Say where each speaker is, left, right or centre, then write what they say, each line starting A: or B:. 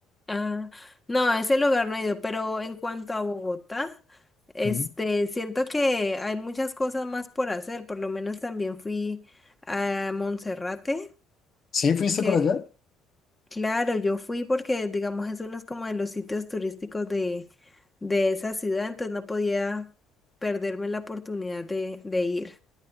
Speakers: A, on the left (about 15°); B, on the left (about 45°).
A: ah, no, a ese lugar no he ido, pero en cuanto a Bogotá, este,
B: Mm.
A: siento que hay muchas cosas más por hacer. Por lo menos también fui a Monserrate,
B: Sí, fuiste
A: que...
B: por allá,
A: Claro, yo fui porque, digamos, es uno como de los sitios turísticos de, de esa ciudad, entonces no podía perderme la oportunidad de, de ir.